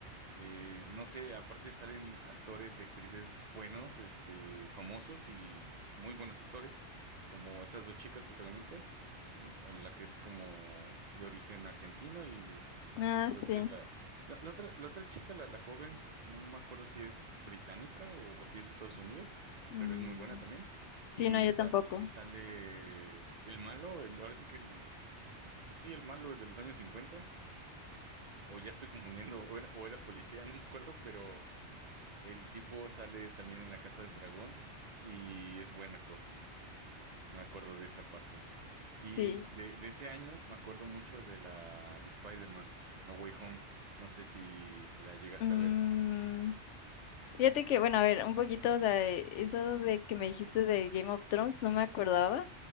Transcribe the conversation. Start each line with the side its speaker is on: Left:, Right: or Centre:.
Right: Eh, no sé, aparte salen actores y actrices buenos, este, famosos y muy buenos actores, como estas dos chicas protagonistas, la la que es como de origen argentino y pues,
Left: ah,
Right: creo
Left: sí.
Right: que la, la, la otra, la otra chica, la, la joven, no me acuerdo si es británica o, o si es de Estados Unidos,
Left: Mm,
Right: pero es muy buena también. Y
Left: Sí, no, yo
Right: sal-
Left: tampoco.
Right: sale el malo, el, ahora sí que el, sí, el malo de los años cincuenta O ya estoy confundiendo, o era, o era policía, <laughs> no me acuerdo, pero el tipo sale también en La Casa del Dragón y es buen actor. Me acuerdo de esa parte. Y
Left: Sí.
Right: de, de ese año me acuerdo mucho de la de Spider-Man, No Way Home. No sé si la llegaste
Left: Mm,
Right: a ver.
Left: Fíjate que, bueno, a ver, un poquito, o sea, de- eso de que me dijiste de Game of Thrones, no me acordaba,